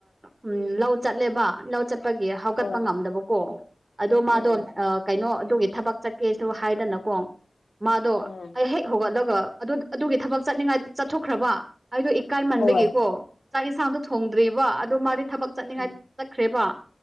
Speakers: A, on the right; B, on the left.
A: ꯎ ꯂꯧ ꯆꯠꯂꯦꯕ ꯂꯧ ꯆ ꯠꯄꯒꯤ ꯍꯧꯒꯠꯄ
B: ꯍꯣꯏ
A: ꯉꯝꯗꯕꯀꯣ ꯑꯗꯣ ꯃꯥꯗꯣ
B: ꯎꯝ
A: ꯀꯩꯅꯣ ꯑꯗꯨꯒꯤ ꯊꯕꯛ ꯆꯠꯀꯦꯁꯨ ꯍꯥꯏꯗꯅꯀꯣ ꯃꯥꯗꯣ
B: ꯎꯝ
A: ꯑꯩ ꯍꯦꯛ ꯍꯧꯒꯠꯂꯒ ꯑꯗꯨ ꯑꯗꯨꯒꯤ ꯊꯕꯛ ꯆꯠꯅꯤꯡꯉꯥꯏ ꯆꯠꯊꯣꯛꯈ꯭ꯔꯕ ꯑꯩꯗꯣ ꯏꯀꯥꯏꯃꯟꯕꯒꯤꯀꯣ
B: ꯑꯣ
A: ꯆꯥꯛ ꯌꯦꯟꯁꯥꯡꯗꯣ ꯊꯣꯡꯗ꯭ꯔꯤꯕꯔꯤꯕ ꯑꯗꯨꯣ ꯃꯥꯗꯤ ꯊꯕꯛ ꯆꯠꯅꯤꯡꯉꯥꯏ
B: ꯎꯝ
A: ꯆꯠꯈ꯭ꯔꯦꯕ